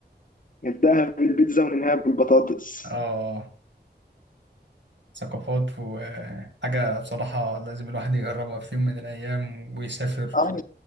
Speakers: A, on the left; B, on the right.
A: نبدأها بالبيتزا وننهاها بالبطاطس
B: اه ثقافات وحاجة بصراحة لازم الواحد يجربها في يوم من الأيام ويسافر
A: اه